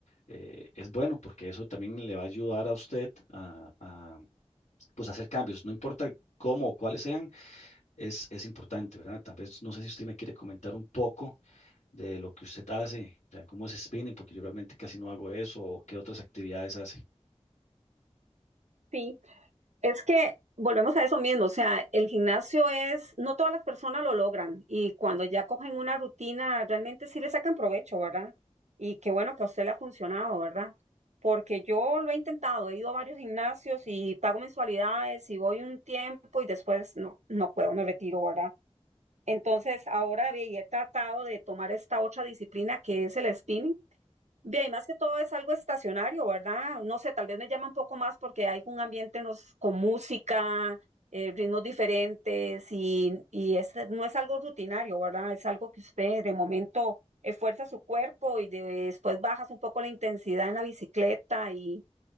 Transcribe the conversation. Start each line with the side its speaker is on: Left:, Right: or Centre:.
Left: eh, es bueno porque eso también le va a ayudar a usted a, a, pues, hacer cambios, no importa cómo o cuáles sean, es, es importante, ¿verdad? Tal vez no sé si usted me quiere comentar un poco de lo que usted hace, o sea, cómo es spinning, porque yo realmente casi no hago eso, o qué otras actividades hace.
Right: Sí. Es que volvemos a eso mismo, o sea, el gimnasio es, no todas las personas lo logran y cuando ya cogen una rutina, realmente sí le sacan provecho, ¿verdad? Y qué bueno que a usted le ha funcionado, ¿verdad? Porque yo lo he intentado, he ido a varios gimnasios y pago mensualidades y voy un tiempo y después no, no puedo, me retiro, ¿verdad? Entonces ahora ve, y he tratado de tomar esta otra disciplina que es el spinning Bien, más que todo es algo estacionario, ¿verdad? No sé, tal vez me llama un poco más porque hay un ambiente nos- con música, eh, ritmos diferentes y, y es- no es algo rutinario, ¿verdad? Es algo que usted de momento esfuerza su cuerpo y de- después bajas un poco la intensidad en la bicicleta y,